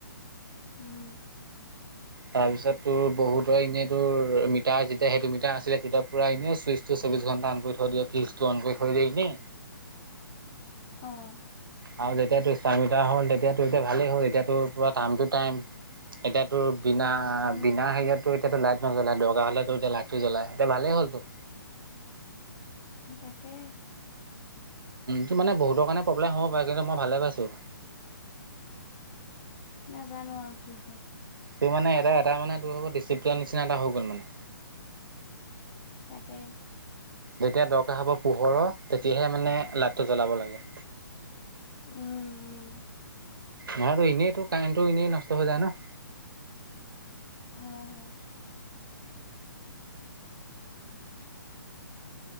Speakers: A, on the left; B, on the right.
A: উম।
B: তাৰপিছত তোৰ বহুতৰ এনেই তোৰ মিটাৰ যেতিয়া সেইটো মিটাৰ আছিলে, তেতিয়া পুৰা এনে চুইচটো চৌবিশ ঘণ্টা অন কৰি থৈ দিয়ে, ফ্ৰিজটো অন কৰি থৈ দিয়ে ইনে।
A: অহ'।
B: আৰু যেতিয়াতো স্মাৰ্ট মিটাৰ হ'ল, তেতিয়াতো এতিয়া ভালেই হ'ল, এতিয়া‌ পুৰা টাইম টু টাইম। এতিয়াতো বিনা
A: উম,
B: বিনা হেৰিয়াতটো এতিয়াতো লাইট নজলাই, দৰকাৰ হ'লে এতিয়া লাইটটো জ্বলাই, এতিয়া ভালেই হ'লটো।
A: তাকে।
B: টো মানে বহুতৰ কাৰণে প্ৰব্লেম হ'ব পাৰে কিন্তু মই ভালে পাইছোঁ-
A: নাজানো আৰু কি হয়
B: তোৰ মানে, এটা এটা মানে, তোৰ হ'ব ডিচিপ্লিন নিচিনা এটা হৈ গ'ল মানে
A: তাকে
B: যেতিয়া দৰকাৰ হ'ব পোহৰৰ তেতিয়াহে মানে, লাইটটো জ্বলাব লাগে
A: উম, উম,
B: নহয়ো, এনেইতো কাৰেণ্টটো এনেই নষ্ট হৈ যায় ন
A: হয়, হয়, উ,